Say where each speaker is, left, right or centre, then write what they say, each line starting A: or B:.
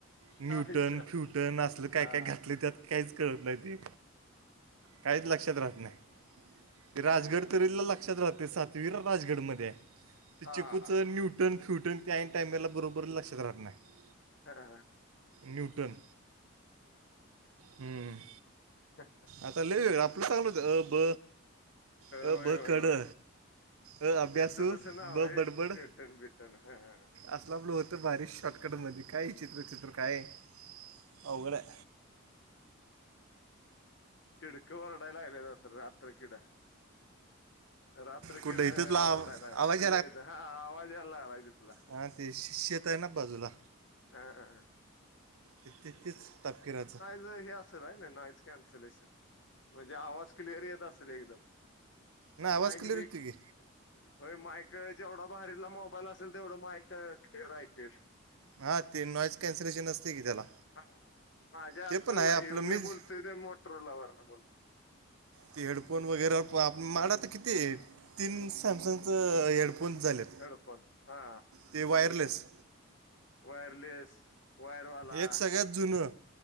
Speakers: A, on the right; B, on the left.
A: न्यूटन
B: हा विषय
A: फ्युटन असलं काय
B: हा
A: काय घातलंय त्यात, काहीच कळत नाही ते. काहीच लक्षात राहत नाही. ते राजगड तरीला लक्षात राहतंय, सातवीला राजगडमध्ये हाय. ते
B: हा
A: चिकूच
B: हा
A: न्यूटन फ्युटन त्या ऐन टायमाला बर बर लक्षात राहत नाही.
B: हा
A: न्यूटन हम.
B: हा हां <unintelligible>
A: आता ले आपलं चांगलं होत अ ब अ
B: होय
A: ब
B: होय
A: क
B: होय
A: ड. अ अभ्यासू
B: त्यांचं तसं नाव
A: ब
B: आहे
A: बडबड
B: न्यूटन बिटन हा
A: असला फ्लो तो भारी शॉर्टकटमध्ये, काय चित्रचित्र काय अवघड हाय.
B: किडक वरडाय लागलेला, रात रात्र किडा. रात्री
A: कुठं
B: किड ओरडायला
A: इथं तुला आव-
B: लागल्यात
A: आवाज
B: तुझे हा आवाज याय लागलाय तिथला.
A: हा ते शे शेत आहे ना बाजूला.
B: हा
A: ते ते तेच तपकिराच.
B: तुझं हे असंल हाय नाय नॉईज कॅन्सलेशन, म्हणजे आवाज क्लिअर येत असेल एकदम.
A: ना आवाज
B: मायक
A: क्लिअर
B: बीट.
A: होती की
B: होय मायक जेवढा भारीयला मोबाईल असेल तेवढं मायक <unintelligible>
A: हां ते नॉईज कॅन्सलेशन असतंय की त्याला.
B: हा माझ्या ऐप्पलला,
A: ते पण आहे आपलं
B: ह्यो मी
A: मीच
B: बोलतोय ते मोटोरोला वरनं बोल
A: ते हेडफोन वगैरा मायड तर किती येत तीन सॅमसंगच हेडफोन झालेत.
B: हेडफोन हा
A: ते वायरलेस
B: वायरलेस वायरवाला
A: एक सगळ्यात जुनं